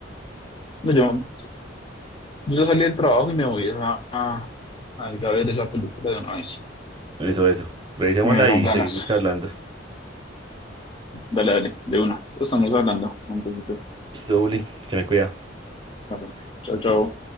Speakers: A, on the left; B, on the right.
A: No, yo, yo salí del trabajo y me voy a, a, a ir a ver esa película de una vez.
B: Eso, eso. Revisémosla
A: Me dieron
B: y
A: ganas.
B: seguimos charlando.
A: Dale, dale, de una. Estamos
B: Esto,
A: hablando un poquito.
B: esto, Uli, se me cuida.
A: Vale. Chau, chau.